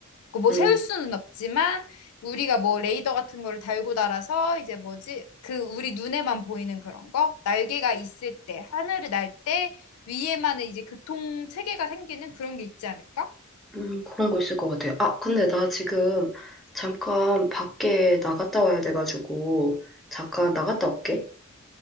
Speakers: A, on the left (about 80°); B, in the centre.
A: 그뭐
B: 음,
A: 세울 수는 없지만 우리가 뭐 레이더 같은 거를 달고 달아서 이제 뭐지? 그 우리 눈에만 보이는 그런 거? 날개가 있을 때, 하늘을 날 때 위에만은 이제 교통 체계가 생기는 그런 게 있지 않을까?
B: 음, 그런 거 있을 것 같아요. 아, 근데 나 지금 잠깐 밖에 나갔다 와야 돼가지고, 잠깐 나갔다 올게.